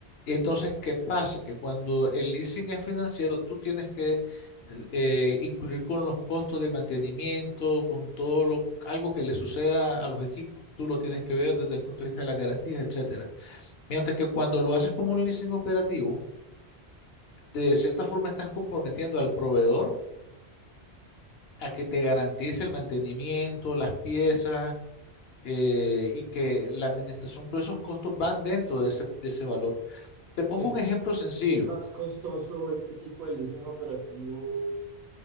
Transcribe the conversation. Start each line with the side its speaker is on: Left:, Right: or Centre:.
Left: Entonces, ¿qué pasa? Que cuando el leasing es financiero, tú tienes que eh, incurrir con los costos de mantenimiento, con todo lo, algo que le suceda a los equipos, tú lo tienes que ver desde el punto de vista de las garantías, etcétera. Mientras que cuando lo haces como un leasing operativo, de cierta forma estás comprometiendo al proveedor a que te garantice el mantenimiento, las piezas eh, y que la administración, todos esos costos van dentro de ese, de ese valor. Te pongo
Right: Es,
Left: un ejemplo sencillo.
Right: es más costoso este tipo de leasing operativo